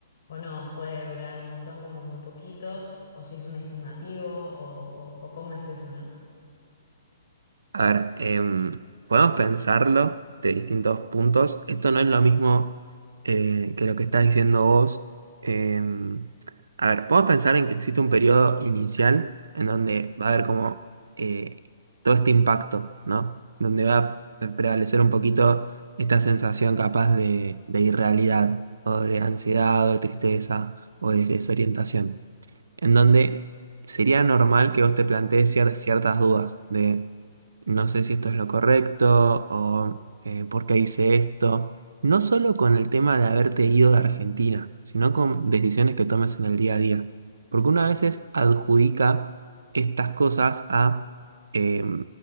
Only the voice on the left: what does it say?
O no, puede durar un montón como muy poquito, o si es un estimativo, o, o, o cómo es eso, ¿no?